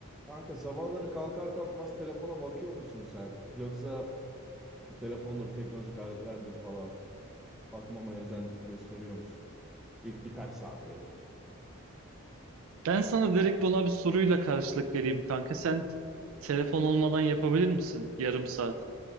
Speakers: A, in the centre; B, on the right (about 70°).
A: Kanka sabahları kalkar kalkmaz telefona bakıyor musun sen? Yoksa bu telefondur, teknolojik aletlerdir falan. Bakmamaya özen gösteriyor musun? İlk birkaç saat öyle değil.
B: Ben sana direkt ona bir soruyla karşılık vereyim kanka. Sen telefon olmadan yapabilir misin yarım saat?